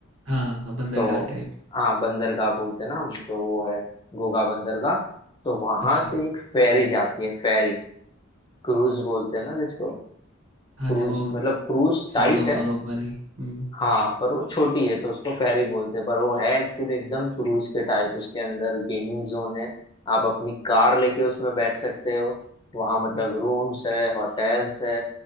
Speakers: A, on the right (about 85°); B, on the left (about 20°).
A: हाँ, हाँ, बंदरगाह
B: तो
A: टाइप।
B: हाँ बंदरगाह बोलते हैं ना हम तो वो है घूघा बंदरगाह तो वहां
A: अच्छा,
B: से एक फेरी जाती है फेरी क्रूज बोलते हैं ना जिसको क्रूज
A: हाँ, जब वो
B: मतलब क्रूज टाइप
A: 100-200
B: है
A: लोग वाली। हुँ।
B: हाँ पर वो छोटी है तो उसको फेरी बोलते हैं पर वो है एक्चुअली एकदम क्रूज के टाइप उसके अंदर गेमिंग जोन है आप अपनी कार लेके उसमें बैठ सकते हो वहाँ मतलब रूम्स है होटल्स है